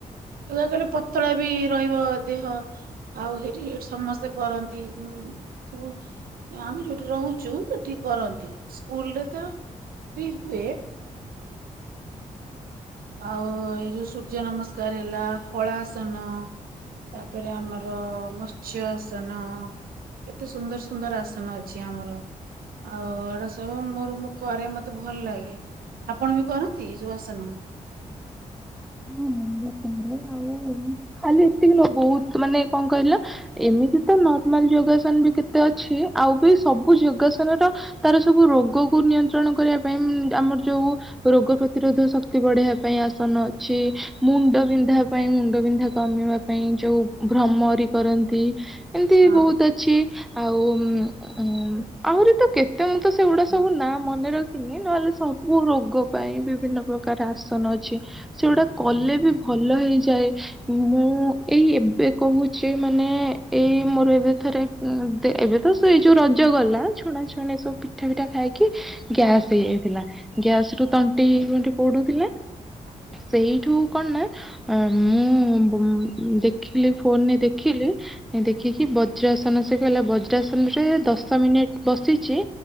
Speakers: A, on the right; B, in the centre.
A: ୟୋଗା କଲେ ପତଳା ବି ରହିବ ଦେହ ଆଉ ସେଇଠି ସମସ୍ତେ କରନ୍ତି ଉ ସବୁ ଆମେ ଯୋଉଠି ରହୁଛୁ ଏଠି କରନ୍ତି ସ୍କୁଲ ରେ ତ ବି ହୁଏ ଆଉ ଏଇ ଯୋଉ ସୂର୍ଯ୍ୟ ନମସ୍କାର ହେଲା ହଳାସନ ତାପରେ ଆମର ମତ୍ସ୍ୟ ଆସନ କେତେ ସୁନ୍ଦର ସୁନ୍ଦର ଆସନ ଅଛି ଆମର। ଆଉ ଏଡା ସବୁ ମୋର କରେ ମତେ ଭଲ ଲାଗେ। ଆପଣ ବି କରନ୍ତି ସବୁ ଆସନ?
B: ହ <inaudible> ହଁ ଆଉ ଖାଲି ଏତିକି ନ ବହୁତ ମାନେ କଣ କହିଲ ଏମିତି ତ ନର୍ମାଲ ଯୋଗାସନ ବି କେତେ ଅଛି ଆଉ ବି ସବୁ ଯୋଗାସନ ର ତାର ସବୁ ରୋଗକୁ ନିୟନ୍ତ୍ରଣ କରିବା ପାଇଁ ଆମର ଯୋଉ ରୋଗ ପ୍ରତିରୋଧ ଶକ୍ତି ବଢଆବା ପାଇଁ ଆସନ ଅଛି ମୁଣ୍ଡ ବିନ୍ଧା ପାଇଁ ମୁଣ୍ଡ ବିନ୍ଧା କମିବା ପାଇଁ ଯୋଉ ଭ୍ରମରି କରନ୍ତି ଏମିତି
A: ହଁ।
B: ବହୁତ ଅଛି ଆଉ ଉଁ ଆହୁରି ତ କେତେ ମୁଁ ତ ସେଗୁଡା ସବୁ ନାଁ ମନେ ରଖିନି ନହେଲେ ମୁ ରୋଗ ପାଇଁ ବିଭିନ୍ନ ପ୍ରକାର ଆସନ ଅଛି ସେଗୁଡା କଲେ ବି ଭଲ ହେଇଯାଏ ମୁଁ ଏଇ ଏବେ କହୁଛି ମାନେ ଏଇ ମୋର ଏବେଥରେ ଉଁ ଏବେ ତ ସେଇ ଯୋଉ ରଜ ଗଲା ଛଣା ଛଣି ସବୁ ପିଠା ପିଠା ଖାଇକି ଗ୍ୟାସ ହେଇଯାଇଥିଲା ଗ୍ୟାସ ରୁ ତଣ୍ଟି ବଣ୍ଟି ପୋଡୁଥିଲା
A: ହ <inaudible>
B: ସେଇଠୁ କଣ ନା ଅ ମୁଁ ଦେଖିଲି ଫୋନରେ ଦେଖିଲି- ଦେଖିକି ବଜ୍ରାସନ ସେ କହିଲା ବଜ୍ରାସନ ରେ ଦଶ ମିନିଟ ବସିଛି।